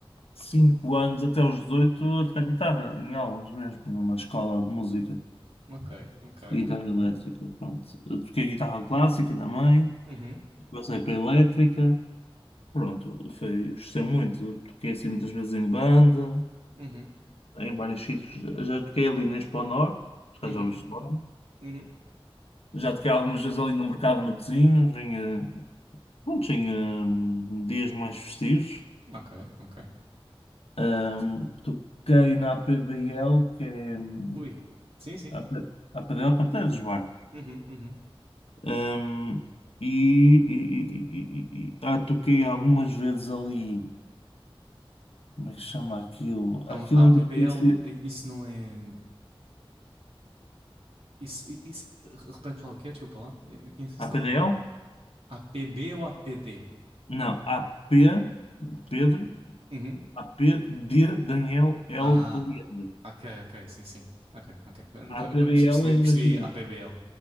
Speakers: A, on the left; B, on the right.
A: 5 anos até os 18 a tocar guitarra, em aulas mesmo, numa escola de música.
B: Ok, ok,
A: Guitarra
B: ok.
A: elétrica, pronto. Eu toquei guitarra clássica da mãe,
B: Uhum,
A: passei para a elétrica, Pronto, foi, gostei muito. Toquei assim muitas vezes em banda,
B: uhum,
A: em vários sítios. Já toquei ali na Expo Norte, por acaso
B: uhum,
A: já ouviste falar.
B: uhum.
A: Já toquei algumas vezes ali no Mercado de Matosinhos, em, eh, pronto, em eh, dias mais festivos.
B: Ok, ok.
A: Ahm, toquei na APDL, que é hum,
B: Ui, sim, sim.
A: a P- a APDL, pronto, é dos barcos.
B: Uhum, uhum.
A: Ahm, e, e, e, e- e- ah, toquei algumas vezes ali, como é que se chama aquilo?
B: Calma,
A: Aquilo
B: a
A: é uma
B: APBL,
A: espécie.
B: eh, isso não é. Isso, isso... Repete lá o que é, desculpa lá. Eu eu conheço
A: APDL?
B: isso de algum lado. a P B ou a P D
A: Não, AP de Pedro,
B: Uhum.
A: A P de Daniel L
B: Ah,
A: de Leandro.
B: ok, ok, sim, sim. Ok, ok. Então,
A: APDL
B: eu perce- Percebi,
A: é, imagina.
B: percebi a APBL.